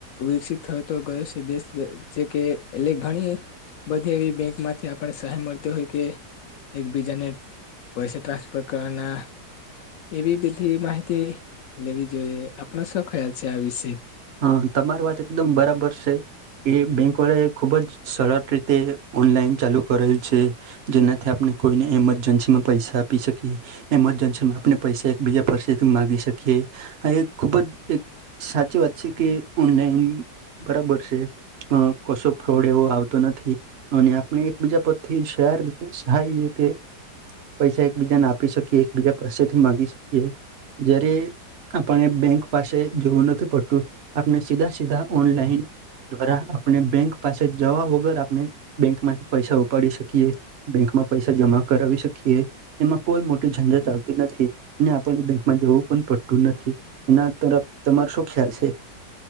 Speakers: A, on the left (about 70°); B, on the right (about 65°).
A: વિકસિત થતો ગયો છે દેશ જે જેકે એટલે ઘણી બધી એવી બેંક માંથી આપને સહાય મળતી હોય કે એકબીજાને પૈસા ટ્રાન્સ <unintelligible> એવી બધી માહિતી લેવી જોઈએ આપણો શું ખ્યાલ છે આ વિશે.
B: હા તમારી વાત એકદમ બરાબર છે. એ બેંક વડે ખૂબ જ સરળ રીતે ઓનલાઈન ચાલુ કરેલ છે. જેનાથી આપણે કોઈને ઈમરજન્સીમાં પૈસા આપી શકીએ એમરજન્સીમાં આપણે પૈસા એકબીજા પાસેથી માંગી શકીએ. હ એ ખુબ જ એક સાચી વાત છે કે ઓનલાઈન બરાબર છે. અ કશો ફ્રોડ એવો આવતો નથી. અને આપણે એકબીજા પરથી શેર શાઈ હકે પૈસા એકબીજાને આપી શકીએ એકબીજા પાસેથી માગી શકીએ. જયારે આપને બેંક પાસે જોવું નથી પડતું. તો આપને સીધા સીધા ઓનલાઇન દ્વારા આપણે બેંક પાસે જવા વગર આપણે બેંક માંથી પૈસા ઉપાડી શકીએ. બેંકમાં પૈસા જમા કરાવી શકીએ. એમાં કોઈ મોટી ઝંઝટ આવતી નથી ને આપણને બેંકમાં જવું પણ પડતું નથી. એના તરફ તમારો શું ખ્યાલ છે.